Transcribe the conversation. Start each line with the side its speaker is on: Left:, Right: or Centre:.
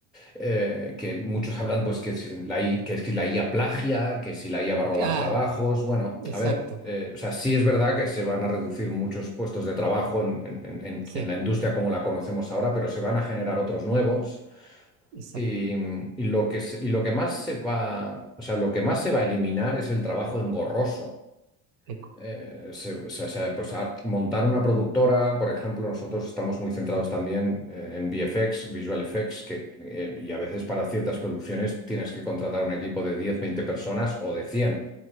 Centre: eh, que muchos hablan pues que si la I- A, que si la IA plagia, que si la IA va a robar
Right: Ah,
Centre: trabajos. Bueno,
Right: exacto.
Centre: a ver, eh, o sea, sí es verdad que se van a reducir muchos puestos de trabajo en, en- en-
Right: Sí,
Centre: en la industria como la conocemos ahora, pero se van a generar otros nuevos.
Right: exacto.
Centre: Y, y lo que, se- y lo que más se va, o sea, lo que más se va a eliminar es el trabajo engorroso
Right: Eco-
Centre: eh, se- se- se- pues a- montar una productora, por ejemplo, nosotros estamos muy centrados también eh, en VFX, Visual Effects, que, eh, y a veces para ciertas producciones tienes que contratar un equipo de 10 20 personas o de cien